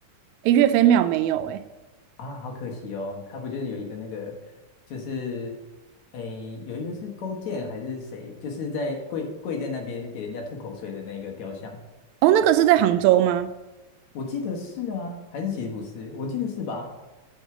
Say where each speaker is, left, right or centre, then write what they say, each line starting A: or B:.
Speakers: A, on the right; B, on the left.
A: 诶，岳飞庙没有诶。
B: 啊，好可惜哦，他不就是有一个那个，就是诶，有一个是勾践还是谁，就是在跪跪在那边给人家吐口水的那个雕像。
A: 哦，那个是在杭州吗？
B: 我记得是啊，还是其实不是？我记得是吧？